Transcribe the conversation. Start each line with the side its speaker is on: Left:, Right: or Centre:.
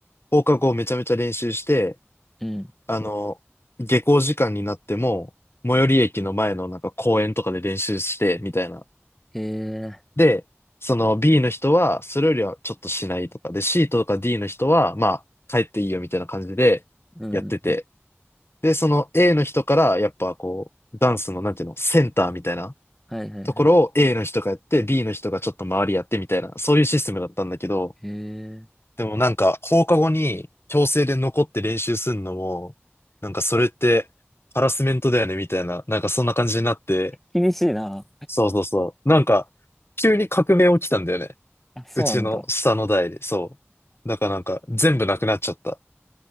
Left: 放課後めちゃめちゃ練習して、
Centre: うん。
Left: あの、下校時間になっても、最寄り駅の前のなんか公園とかで練習して、みたいな。
Centre: へえ、
Left: で、その B の人は、それよりはちょっとしないとか、で、C とか D の人は、まあ、帰っていいよみたいな感じでやってて。
Centre: うん、うんうん。
Left: で、その A の人から、やっぱこう、ダンスの、なんていうの、センターみたいな
Centre: はいはいはい。
Left: ところを A の人がやって、B の人がちょっと周りやってみたいな、そういうシステムだったんだけど、
Centre: へえ。
Left: でもなんか放課後に強制で残って練習するのも、なんかそれってハラスメントだよねみたいな、なんかそんな感じになって、
Centre: 厳しいな。
Left: そうそうそう。なんか急に革命起きたんだよね。
Centre: あ、そうなんだ。
Left: うちの下の代で、そう。だからなんか全部なくなっちゃった。